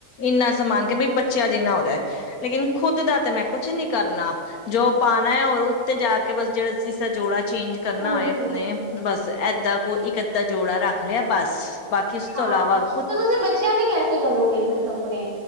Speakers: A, on the left; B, on the right.
A: ਇੰਨਾ ਸਮਾਨ ਕੇ ਬਈ ਬੱਚਿਆ ਜਿੰਨਾ ਹੋ ਜਾਏ। ਲੇਕਿਨ ਖੁਦ ਦਾ ਤੇ ਮੈਂ ਕੁਛ ਨੀ ਕਰਨਾ। ਜੋ ਪਾਉਣਾ ਏ ਔਰ ਉੱਤੇ ਜਾ ਕੇ ਬਸ ਜਿਹੜਾ ਸੀ ਜੋੜਾ ਚੇਂਜ ਕਰਨਾ
B: ਉਹੀ
A: ਹੋਏ ਆਪਣੇ, ਬੱਸ ਏਦਾਂ ਕੋ ਇੱਕ ਏਧਾਂ ਜੋੜਾ ਰੱਖ ਲਿਆ ਬੱਸ। ਬਾਕੀ ਇਸ
B: ਹਾਂ
A: ਤੋਂ ਇਲਾਵਾ ਔਰ
B: ਤੇ ਤੁਸੀਂ ਬੱਚਿਆਂ ਦੇ ਕੈਸੇ ਕਰੋਗੇ ਫਿਰ ਕੱਪੜੇ,